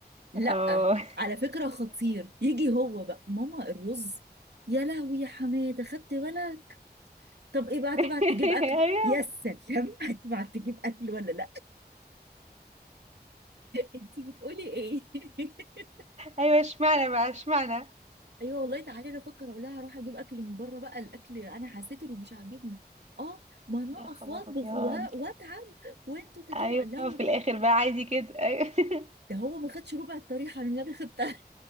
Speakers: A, on the right; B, on the right.
A: لا
B: اه
A: على فكره خطير يجي هو بقى ماما الرز يا لهوي يا حماده خدت بالك طب ايه بقى هتبعت
B: <laughs>
A: تجيب اكل
B: ايوه
A: يا سلام <laughs> هتبعت تجيب اكل ولا لا انتي بتقولي ايه <laughs>
B: ايوه اشمعنى بقى اشمعنى
A: ايوه والله تعالي انا افكر اقول لها اروح اجيب اكل من بره بقى الاكل انا حسيت انه مش عاجبني اه ما انا
B: يا خبر
A: اقف واطبخ
B: ابيض
A: وا- واتعب وانتوا تجيبوا
B: ايوه
A: قال لها هو-
B: في الاخر بقى عادي كده ايوه <laughs>
A: ده هو ما خدش ربع الطريحه اللي انا خدتها